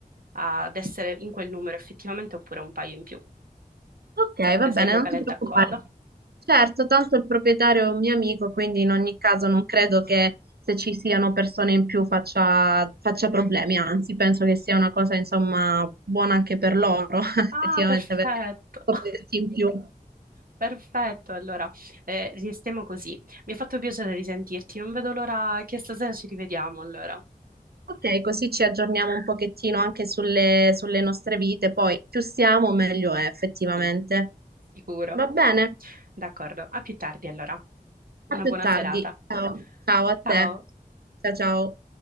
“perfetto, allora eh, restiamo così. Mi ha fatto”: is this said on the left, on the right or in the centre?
Right